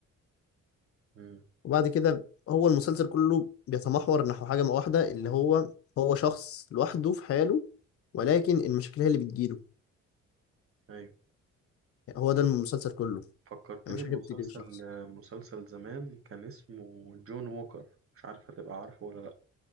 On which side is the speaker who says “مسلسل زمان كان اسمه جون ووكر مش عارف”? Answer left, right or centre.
Right